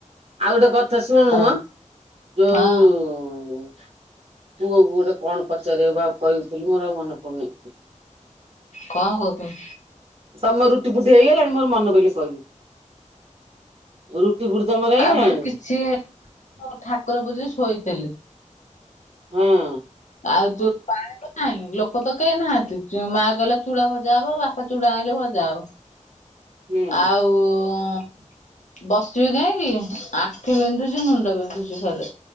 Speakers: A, on the right; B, on the left.
A: ଆଉ ଗୋଟେ କଥା ଶୁଣୁ
B: ହଁ
A: ମଁ ଯୋଉ-ଉ
B: ହଁ
A: ପୁଅକୁ ଗୋଟେ କଣ ପଚାରିବାକୁ ଆଉ କଇଥିଲୁ, ମୋର ଆଉ ମନେ ପଡୁନି।
B: କଣ କହୁଥିଲୁ
A: ତମର ରୁଟି ଫୁଟି ହେଇଗଲାଣି। ମୋର ମନ ପଇଲେ କହିବି। ରୁଟି ଫୁଟି ତମର ହେଇଗଲାଣି?
B: ଆମର କିଛି ହେ ଠାକୁର ପୂଜି ଶୋଇଥିଲି।
A: ହଁ
B: ଆଉ ଯୋ ପାଣି ତ ନାହିଁ, ଲୋକ ତ କେହି ନାହାଁନ୍ତି? ମା କହିଲା ଚୁଡା ଭଜା ହବ, ବାପା ଚୁଡ଼ା ଆଇଁଲେ ଭଜା ହବ।
A: ହୁଁ।
B: ଆଉ-ଉ-ଉଁ ବସିବି କାହିଁକି? ଆଖି ବିନ୍ଧୁଛି ମୁଣ୍ଡ ବିନ୍ଧୁଛି ଖାଲି।